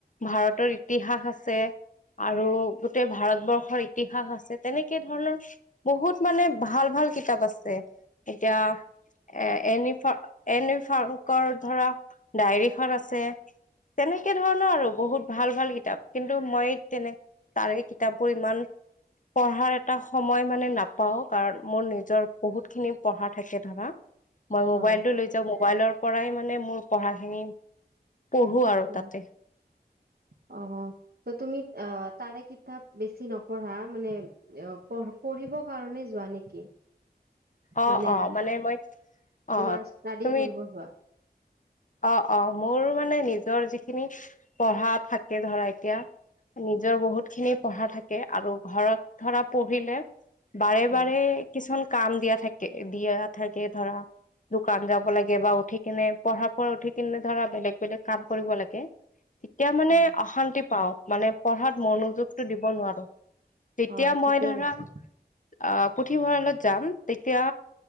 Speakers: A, on the left; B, on the right.
A: ভাৰতৰ ইতিহাস আছে। আৰু গোটেই ভাৰতবৰ্ষৰ ইতিহাস আছে তেনেকে ধৰণৰ বহুত মানে ভাল ভাল। ভাল কিতাপ আছে এতিয়া। এ এনিফৰ এনি ফ্ৰাংকৰ ধৰা ডায়েৰীখন আছে। তেনেকে ধৰণৰ আৰু বহুত ভাল ভাল কিতাপ কিন্তু মই তেনে তাৰে কিতাপবোৰ ইমান পঢ়াৰ এটা সময় মানে নাপাও কাৰণ মোৰ নিজৰ বহুত খিনি পঢ়া থাকে ধৰা। মই
B: হয়
A: মোবাইলটো লৈ যাওঁ মোবাইলৰ পৰাই মানে মোৰ পঢ়াখিনি পঢ়ো। আৰু
B: অ
A: তাতে
B: <inaudible> অ' ত' তুমি তাৰে কিতাপ বেছি নপঢ়া মানে পঢ়ি <unintelligible> কাৰণে যোৱা নেকি?
A: অ
B: মানে
A: অ মই অ
B: তোমাৰ ষ্টাডি
A: তুমি
B: কৰিব যোৱা।
A: অ', অ' মোৰ মানে নিজৰ যিখিনি পঢ়া থাকে ধৰা এতিয়া নিজৰ বহুত খিনি পঢ়া থাকে আৰু ঘৰত ধৰা পঢ়িলে বাৰে
B: হয়
A: বাৰে কিছুমান কাম দিয়া থাকে দিয়া থাকে ধৰা দোকান যাব লাগে বা উঠি কিনে পঢ়া। ও উঠি কিনে ধৰা বেলেগ বেলেগ কাম কৰিব লাগে তেতিয়া মানে
B: অ
A: অশান্তি পাও। মানে পঢ়াত মনোযোগতটো দিব নোৱাৰো তেতিয়া
B: হয় ঠিকে
A: মই ধৰা
B: কৈছা
A: অ'। পুথিভঁৰালত যাম তেতিয়া